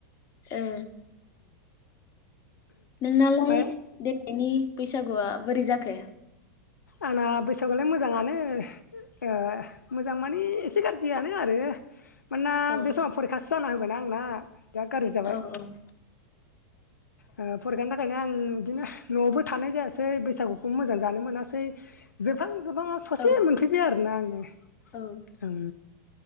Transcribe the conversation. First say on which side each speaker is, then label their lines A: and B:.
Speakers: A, on the left; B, on the left.
A: ए नोंनालाय
B: ओमफ्राय
A: बे नि बैसागुआ बोरै जाखो?
B: आंना बैसागुआलाय मोजाङानो ओ मोजां माने एसे गाज्रियानो आरो मानोना
A: औ
B: बे समाव फरिखासो जाना होबाय आंना। बेराद गाज्रि जाबाय।
A: औ औ
B: ओ फरिखानि थाखायनो आं बिदिनो न'आवबो थानाय जायासै बैसागुखौ मोजां जानो मोनासै जोबहां जोबहां आव ससे
A: औ
B: मोनफैबाय आरोना आङो। <unintelligible>
A: औ
B: ओ उम